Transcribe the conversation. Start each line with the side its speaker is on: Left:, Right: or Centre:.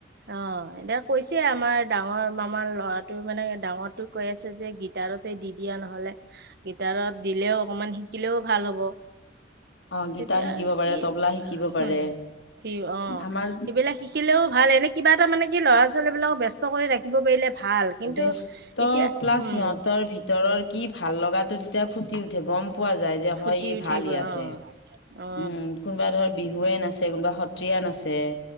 Right: অঃ এতিয়া কৈছে আমাৰ ডাঙৰ মামাৰ ল'ৰা টো মানে ডাঙৰোটো কৈ আছে যে গিটাৰতে দি দিয়া নহলে গিটাৰত দিলেও অকনমান শিকিলেও ভাল হ'ব৷
Left: অ গীটাৰ
Right: তেতিয়া
Left: শিকিব পাৰে,
Right: কি
Left: তবলা শিকিব পাৰে৷
Right: হম কি অ
Left: আমাৰ
Right: সেইবিলাক শিকিলেও ভাল এনে কিবা এটা মানে কি ল'ৰা ছোৱালীবিলাকক ব্যস্ত কৰি ৰাখিব পাৰিলে ভাল কিন্তু
Left: ব্যস্ত
Right: এতিয়া
Left: প্লাছ
Right: উম
Left: সিহঁতৰ ভিতৰৰ কি ভাল লগাটো তেতিয়া ফুটি উঠে গম পোৱা যায় যে
Right: ফুটি
Left: হয় ই
Right: উঠিব
Left: ভাল ইয়াতে৷
Right: অ অ
Left: উম কোনোবা ধৰ বিহুৱে নাচে কোনোবা সত্ৰীয়া নাচে৷